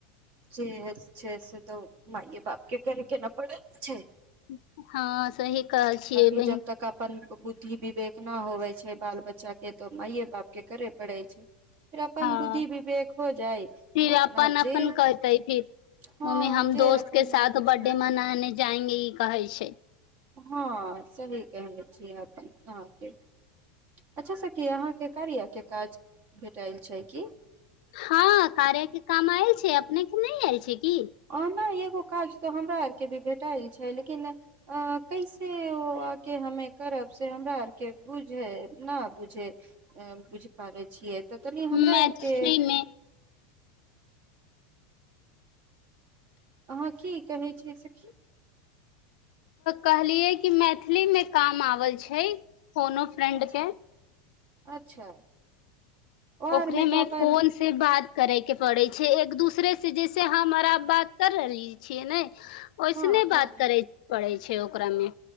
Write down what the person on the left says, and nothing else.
ज हँ सही कहल छियै
बहिन
हँ
फिर
अपन अपन
कहते फिर
मम्मी हम
दोस्त
के साथ
बर्थडे मनाने जाएंगे ई कहै छै
हँ कार्या के काम आयल छै अपने के नहि आयल छै की
मैथिली
मे
कहलियै कि मैथिली मे काम आबल छै कोनो फ्रेंड
के
ओकरे
में
फोन से बात करे के पड़े छै छै एक दूसरेसँ जैसे हमरा बात कर रहली छियै ने ओहिसने
बात करे पड़े छै छै ओकरामे